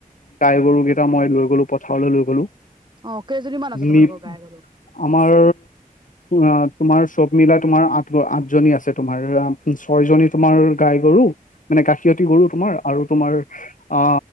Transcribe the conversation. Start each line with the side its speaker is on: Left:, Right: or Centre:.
Left: গাই গৰু কেইটা মই লৈ গ'লো পথাৰলৈ লৈ গলো।
Right: অ কেইজনীমান আছে তোমালোকৰ
Left: নিপ
Right: গাই গৰু
Left: আমাৰ আ তোমাৰ সব মিলাই তোমাৰ আঠ আঠজনী আছে তোমাৰ ছয় জনী তোমাৰ গাই গৰু মানে গাখিয়তি গৰু তোমাৰ আৰু তোমাৰ অ